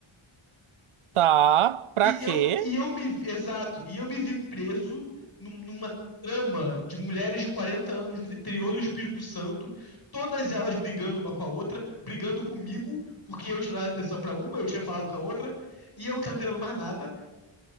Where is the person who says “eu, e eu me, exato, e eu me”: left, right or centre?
Left